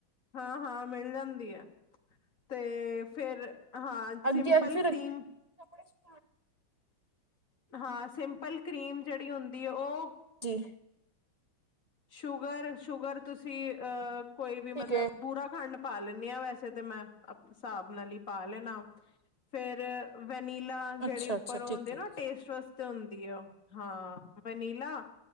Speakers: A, on the left; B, on the right.
A: ਹਾਂ ਹਾਂ, ਮਿਲ ਜਾਂਦੀ ਹੈ। ਤੇ ਫਿਰ ਹਾਂ,
B: ਅੱਗੇ
A: ਸਿੰਪਲ
B: ਅੱਗੇ ਫਿਰ
A: ਕਰੀਮ
B: <unintelligible>
A: ਹਾਂ, ਸਿੰਪਲ ਕਰੀਮ ਜਿਹੜੀ ਹੁੰਦੀ ਹੈ ਉਹ
B: ਜੀ।
A: ਸ਼ੂਗਰ, ਸ਼ੂਗਰ ਤੁਸੀਂ ਅਹ ਕੋਈ ਵੀ
B: ਠੀਕ
A: ਮਤਲਬ
B: ਹੈ
A: ਬੁਰਾ ਖੰਡ ਪਾ ਲੈਦੇ ਹਾਂ ਵੈਸੇ ਤੇ ਮੈਂ, ਆਪ ਹਿਸਾਬ ਨਾਲ ਹੀ ਪਾ ਲੈਣਾ। ਫੇਰ ਵੈਨੀਲਾ, ਜਿਹੜੇ
B: ਅੱਛਾ
A: ਉੱਪਰ
B: ਅੱਛਾ
A: ਉਹ
B: ਠੀਕ
A: ਹੁੰਦੇ
B: ਹੈ
A: ਨਾ ਟੇਸਟ ਵਸ ਹੁੰਦੀ ਉਹ ਹਾਂ, ਵਨੀਲਾ